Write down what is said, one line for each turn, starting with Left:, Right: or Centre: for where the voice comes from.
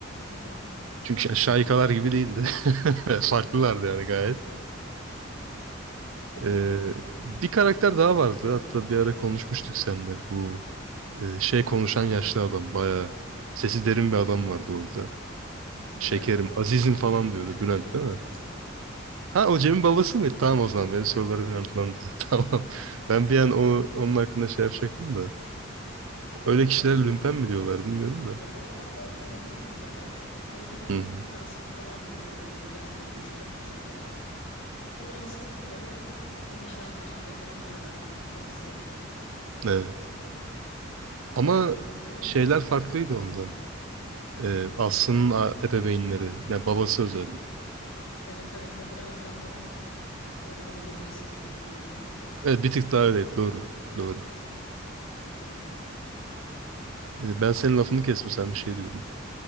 Left: Hı hı.
Right: Çünkü şa- şaikalar gibi değildi.
Left: Yok. <laughs>
Right: <laughs> Farklılardı yani gayet.
Left: Evet.
Right: Ee, bir karakter daha vardı. Hatta bir ara konuşmuştuk seninle. Bu e, şey konuşan yaşlı adam. Bayağı sesi derin bir adam vardı orada.
Left: Bülent.
Right: Şekerim, azizim
Left: Cem'in
Right: falan diyordu
Left: ha,
Right: Bülent
Left: Cem'in
Right: değil
Left: babası.
Right: mi? Ha o Cem'in babası mı? Tamam o zaman benim
Left: Hı hı.
Right: sorularım yanıtlandı. <laughs> Tamam. Ben bir an o, onun hakkında şey yapacaktım da.
Left: O
Right: Öyle
Left: da şey
Right: kişiler lümpen mi diyorlar bilmiyorum da.
Left: ya o adam da emekli diplomat. O yüzden hani
Right: Hı hı.
Left: Fransızca falan biliyor böyle güzel giyiniyor şarap içiyor falan. O da aslında tam öyle Nişantaşı'ndaki amcalar temsili.
Right: Evet.
Left: Ama
Right: Ama
Left: ben onu
Right: şeyler
Left: hiç sevmezdim.
Right: farklıydı ondan. Ee, Aslı'nın a- ebeveynleri. Yani babası özellikle.
Left: Evet evet o biraz daha böyle Anadolu insanıydı diyebilirim.
Right: Evet bir tık daha öyle. Doğru. Doğru. E, Ben senin lafını kestim sen bir şey diyordun.